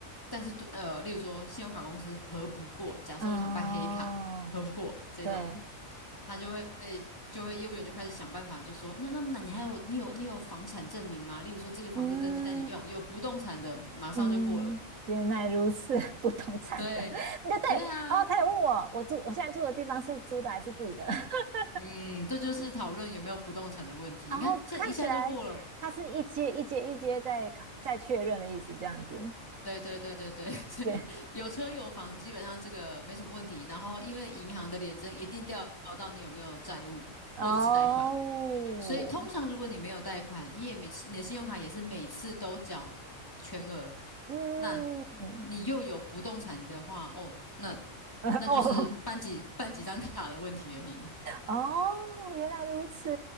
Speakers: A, on the left; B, on the right.
A: 但是对呃，例如说信用卡公司核不过，假设我想办黑卡核不过这种，
B: 哦，对，
A: 他就会就会业务员就开始想办法，就说那那那你还有你有你有房产证明吗？例如说这个房子登记在你有有不动产的，
B: 嗯
A: 马上就过了，
B: 嗯，原来如此，<laughs> 不同产的，
A: 对。
B: <laughs> 对对，
A: 对啊，
B: 然后他也问我，我住我现在住的地方是租的还是自己的，<laughs>
A: 嗯，这就是讨论有没有不动产的问题。你看，
B: 然后看起来他是一阶一阶一阶在卡在确认的意思，
A: 这一下就过了，
B: 这样子，
A: 对对对对对，<laughs>
B: 对，
A: 有车有房，基本上这个没什么问题。然后，因为银行的联征一定调查到你有没有债务或者是贷款，
B: 哦。
A: 所以通常如果你没有贷款，你也没你的信用卡也是每次都缴全额，
B: 嗯，
A: 那你又有不动产的话，哦，那
B: <laughs>
A: 那就是办几办几张卡的问题而已。
B: 哦哦，原来如此，